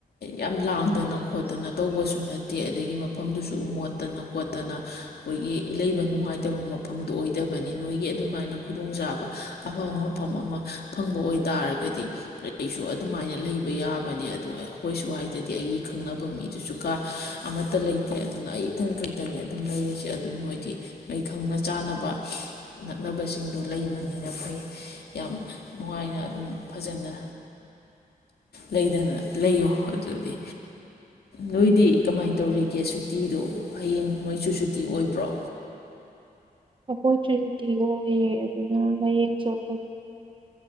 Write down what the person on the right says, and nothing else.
ꯑꯩꯈꯣꯏꯖꯨ ꯁꯨꯇꯤ ꯑꯣꯏꯌꯦ ꯑꯗꯨꯅ ꯍꯌꯦꯡꯁꯨ <unintelligible>